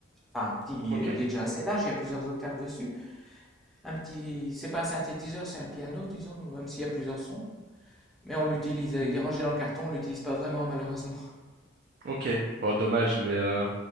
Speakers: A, in the centre; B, on the right.
A: enfin un petit,
B: Ok.
A: il est déjà assez large, il y a plusieurs octaves dessus. Un petit, c'est pas un synthétiseur, c'est un piano, disons, même s'il y a plusieurs sons. Mais on l'utilise, euh, il est rangé dans le carton, on l'utilise pas vraiment malheureusement. <laughs>
B: Ok. Bon, dommage, mais euh,